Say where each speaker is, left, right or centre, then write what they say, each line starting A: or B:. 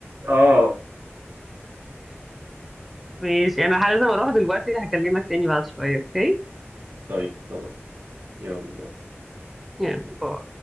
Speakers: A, on the right; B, in the centre.
A: اه
B: ماشي انا لازم اروح دلوقتي هكلمك تاني بعد شويه اوكي
A: طيب خلاص يلا باي
B: يعني باي.